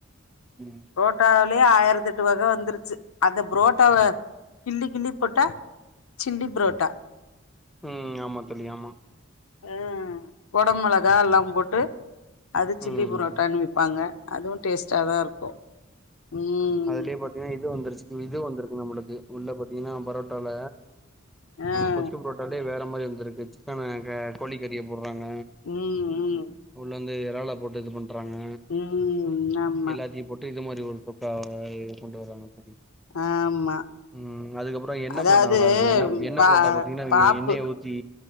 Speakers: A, in the centre; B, on the left.
A: ம்
B: ரோட்டாவ்லே ஆயிரத்தெட்டு வக வந்துருச்சு அந்த புரோட்டாவ கிள்ளி கிள்ளி போட்டா சில்லி புரோட்டா
A: ம் ஆமா தோழி ஆமா
B: ம் கொட மொளகா எல்லா போட்டு அது சில்லி
A: ம்
B: புரோட்டான்னு விப்பாங்க அதுவு டேஸ்டாதா இருக்கு ம்
A: அதுலே பாத்திங்னா இது வந்துருச்சு இது வந்துருக்கு நம்மளுக்கு உள்ள பத்திங்கன்னா பரோட்டால
B: அ
A: கொத்து புரோட்டாலே வேற மாரி வந்துருக்கு சிக்கன கோழிக்கறிய போடுறாங்க
B: ம் ம்
A: உள்ள வந்து எறால போட்டு இது பண்றாங்க
B: ம் ஆமா
A: எல்லாத்தையும் போட்டு இது மாறி ஒரு தொக்கா கொண்டு வருவாங்க
B: ஆமா
A: ம் அதுக்கப்புறம் எண்ண
B: அதாவது
A: புரோட்டா நல்லா இருக்கும் எண்ண எண்ண
B: பா
A: புரோட்டா பாத்தீங்கன்னா இவிங்க
B: பாப்பு
A: எண்ணெய ஊத்தி